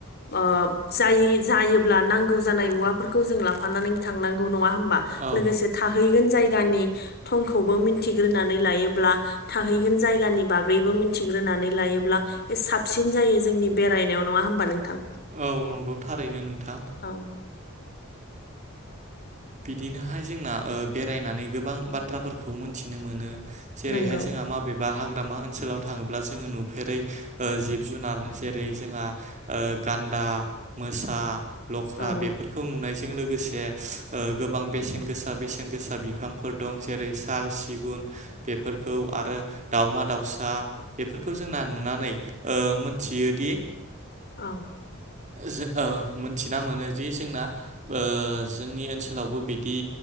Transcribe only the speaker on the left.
जायि जायोब्ला नांगौ जानाय मुवाफोरखौ जों लाफानानै थांनां गौ नङा होनबा
लोगोसे थाहैगोन जाय गानि थंखौबो मिथिग्रोनानै लायोब्ला थाहैगोन जायगानि बागैबो मिथिग्रोना नै लायोब्ला बे साबसिन जायो जोंनि बेरायनायाव नङा होमबा नोंथां?
औ
नंगौ
औ
औ।